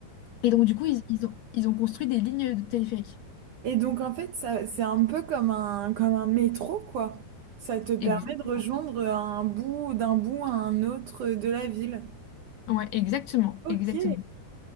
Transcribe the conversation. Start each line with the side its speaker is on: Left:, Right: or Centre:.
Left: Et donc, du coup, ils, ils ont, ils ont construit des lignes de téléphérique.
Right: Et donc en fait, ça, c'est un peu comme un, comme un métro, quoi. Ça te permet
Left: Exactement.
Right: de rejoindre un bout d'un bout à un autre de la ville.
Left: Ouais, exactement,
Right: Ok.
Left: exactement.